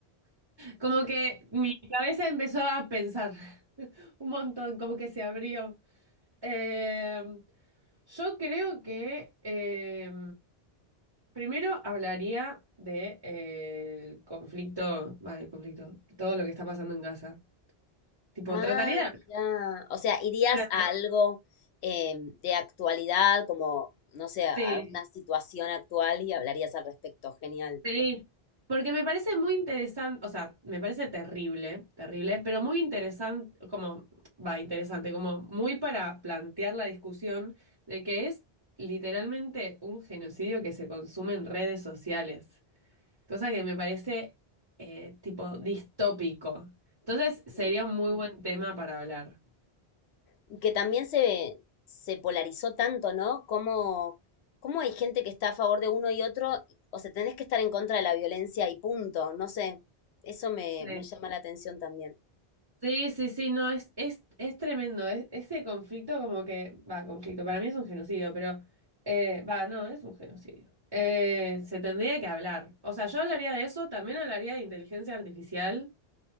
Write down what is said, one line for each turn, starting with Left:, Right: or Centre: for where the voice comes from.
Right: Como que mi cabeza empezó a pensar <laughs> un montón, como que se abrió. Eh, yo creo que eh, primero hablaría de, eh, el conflicto, va, el conflicto, todo lo que está pasando en Gaza. Tipo,
Left: Ah,
Right: trataría de
Left: mira. O sea, irías
Right: hablar.
Left: a algo em, de actualidad, como, no sé, a
Right: Sí,
Left: una situación actual y hablarías al respecto. Genial.
Right: sí, porque me parece muy interesante, o sea, me parece terrible, terrible, pero muy interesante, como, va, interesante, como muy para plantear la discusión de que es literalmente un genocidio que se consume en redes sociales, cosa que me parece eh, tipo distópico. Entonces sería
Left: Sí.
Right: un muy buen tema para hablar.
Left: Y Que también se, se polarizó tanto, ¿no? Como, cómo hay gente que está a favor de uno y otro, o sea, tenés que estar en contra de la violencia y punto. No sé, eso me,
Right: Sí.
Left: me llama la atención también.
Right: Sí, sí, sí, no, es, es, es tremendo. Es, ese conflicto como que, va, conflicto, para mí es un genocidio, pero, eh, va, no, es un genocidio. Eh, se tendría que hablar. O sea, yo hablaría de eso, también hablaría de inteligencia artificial.